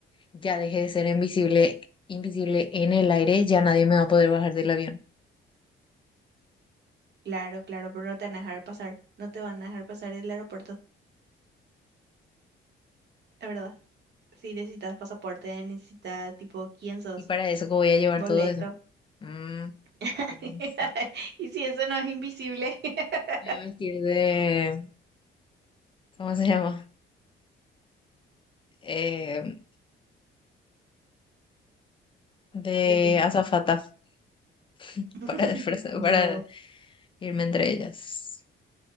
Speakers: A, on the left (about 25°); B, on the right (about 60°).
A: ya dejé de ser invisible, invisible en el aire, ya nadie me va a poder bajar del avión.
B: Claro, claro, pero no te van a dejar pasar. No te van a dejar pasar el aeropuerto, es verdad. Si necesitas pasaporte, necesitas tipo, ¿quién sos?
A: Y para eso, ¿cómo voy a llevar
B: Boleto.
A: todo eso? Mm,
B: <laughs>
A: piensa.
B: Y si eso no es invisible, <laughs>
A: Me voy a vestir de, ¿cómo se llama? Eh, de
B: ¿de quién?
A: azafata <laughs>
B: <laughs>
A: para, disfrazar-
B: Yo.
A: para irme entre ellas.